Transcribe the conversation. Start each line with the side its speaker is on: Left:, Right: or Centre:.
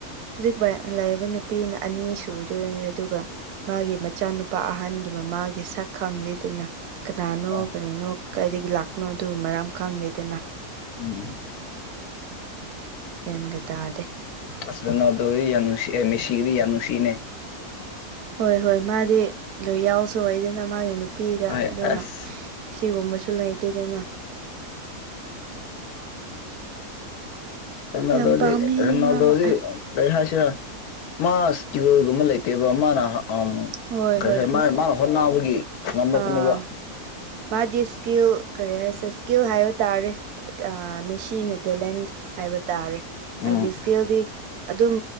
Right: ꯍꯧꯖꯤꯛ ꯂꯩꯕ ꯅꯨꯄꯤꯅ ꯑꯅꯤ ꯁꯨꯗꯣꯏꯅꯦ ꯑꯗꯨꯒ ꯃꯥꯒꯤ ꯃꯆꯥꯅꯨꯄꯥ ꯑꯍꯟꯒꯤ ꯃꯃꯥꯒꯤ ꯁꯛ ꯈꯪꯂꯤ ꯗꯅ ꯀꯅꯥꯅꯣ
Left: ꯑꯣ
Right: ꯀꯔꯤꯅꯣ ꯀꯥꯏꯗꯒꯤ ꯂꯥꯛꯄꯅꯣ ꯑꯗꯨ ꯃꯔꯝ ꯈꯪꯗꯦꯗꯅ
Left: ꯎꯝ
Right: ꯒ꯭ꯌꯥꯟꯒ ꯇꯥꯗꯦ
Left: ꯑꯁ ꯔꯣꯅꯥꯜꯗꯣꯒꯤ ꯌꯥꯝꯅꯨꯡꯁꯤꯑꯦ ꯃꯦꯁꯤꯔꯤ ꯌꯥꯝꯅ ꯅꯨꯡꯁꯤꯅꯦ
Right: ꯍꯣꯏ ꯍꯣꯏ ꯃꯥꯗꯤ ꯂꯣꯏ ꯌꯥꯎꯁꯨ ꯑꯣꯏꯗꯅ ꯃꯥꯒꯤ ꯅꯨꯄꯤꯗ
Left: ꯍꯣꯏ
Right: ꯑꯗꯨꯒ
Left: ꯑꯁ
Right: ꯁꯤꯒꯨꯝꯕꯁꯨ ꯂꯩꯇꯦꯗꯅ
Left: ꯔꯅꯥꯗꯧꯗꯤ
Right: ꯌꯥꯝ ꯄꯥꯝꯃꯦ
Left: ꯔꯟꯅꯥꯗꯣꯗꯤ
Right: ꯃꯥꯕꯨ
Left: ꯀꯩ ꯍꯥꯏꯁꯤꯔꯥ ꯃꯥꯁ ꯀꯤꯂꯣꯒꯨꯝꯕ ꯂꯩꯇꯦꯕ ꯃꯥꯅ ꯎꯝ
Right: ꯍꯣꯏ
Left: ꯀꯔꯤ
Right: ꯍꯣꯏ
Left: ꯍꯥꯏ ꯃꯥ ꯃꯥꯅ ꯍꯣꯠꯕꯒꯤ ꯉꯝꯂꯛꯄꯅꯦꯕ
Right: ꯑꯥ ꯃꯥꯗꯤ ꯏꯁꯀꯤꯜ ꯀꯔꯤ ꯍꯥꯏꯁꯦ ꯏꯁꯀꯤꯜ ꯍꯥꯏꯕ ꯇꯥꯔꯦ ꯑꯥ ꯃꯦꯁꯤꯅ ꯇꯦꯂꯦꯟ ꯍꯥꯏꯕ ꯇꯥꯔꯦ
Left: ꯎꯝ
Right: ꯑꯜꯒꯤ ꯏꯁꯀꯤꯜꯗꯤ ꯑꯗꯨꯝ